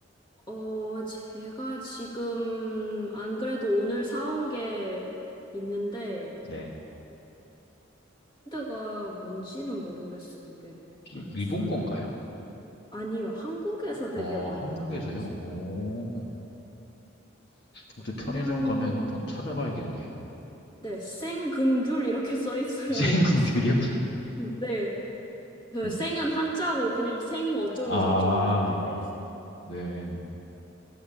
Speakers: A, on the left; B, on the left.
A: 어, 제가 지금 안 그래도 오늘 사온 게 있는데,
B: 네,
A: 브랜드가 뭔지는 모르겠어요. 이게
B: 혹시
A: 안
B: 일본
A: 써
B: 건가요?
A: 있나요? 아니요, 한국에서 되게
B: 어,
A: 많이
B: 한국에서요?
A: 나와요, 지금.
B: 오. 근데 편의점
A: 그냥
B: 가면 한번 찾아봐야겠네요.
A: 네, 생금귤 이렇게 <laughs> 써 있어요,
B: <laughs> 생금귤이요?
A: 막. 네, 그
B: 음,
A: 생은 한자고 그냥 생 어쩌고
B: 아,
A: 저쩌고 이렇게 돼 있어요.
B: 네.